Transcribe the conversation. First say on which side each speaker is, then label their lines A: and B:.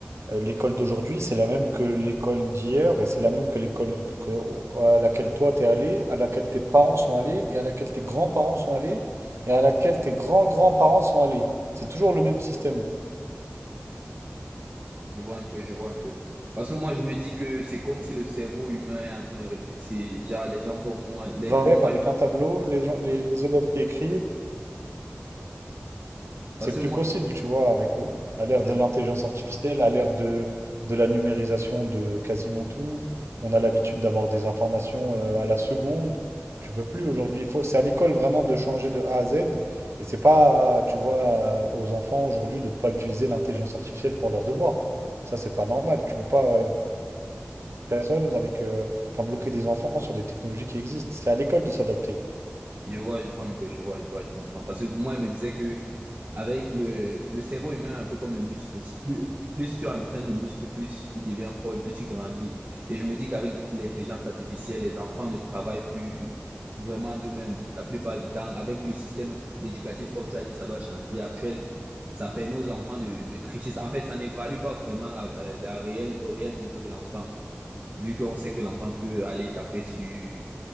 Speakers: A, on the right; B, on the right.
A: Euh, L'école d'aujourd'hui, c'est la même que l'école d'hier et c'est la même que l'école que- au- à laquelle toi t'es allé, à laquelle tes parents sont allés et à laquelle tes grands-parents sont allés et à laquelle tes grands-grands-parents sont allés. C'est toujours le même système.
B: Je vois un peu, je vois un peu. Parce que moi, je me dis que c'est comme si le cerveau humain est en train de rétrécir. Genre, les gens sont moins. Les,
A: Va
B: pour
A: élève
B: moi,
A: avec un tableau, les gens, les, les élèves qui écrivent,
B: parce
A: C'est plus
B: que moi,
A: possible, tu vois, avec à l'ère
B: je,
A: de l'intelligence artificielle, à l'ère de, de la numérisation de quasiment tout. On a l'habitude d'avoir des informations euh, à la seconde. Tu peux plus aujourd'hui. Il faut, c'est à l'école vraiment de changer de A à Z. Et c'est pas, tu vois, aux enfants aujourd'hui de pas utiliser l'intelligence artificielle pour leurs devoirs. Ça, c'est pas normal. Tu peux pas euh, personne avec, euh, enfin, bloquer des enfants sur des technologies qui existent. C'est à l'école de s'adapter.
B: Je vois, je vois un peu, je vois, je vois, je comprends. Parce que pour moi, il me disait que avec le, le cerveau humain, un peu comme le muscle, si plus, plus tu entraînes le muscle, plus il devient fort et plus il grandit. Et je me dis qu'avec l'intelligence artificielle, les enfants ne travaillent plus vraiment d'eux-mêmes la plupart du temps. Avec le système éducatif, comme tu as dit, ça doit changer. Actuel, ça permet aux enfants de, de tricher. En fait, ça n'évalue pas vraiment la, euh, la réelle, le réel niveau de l'enfant, vu qu'on sait que l'enfant peut aller taper sur,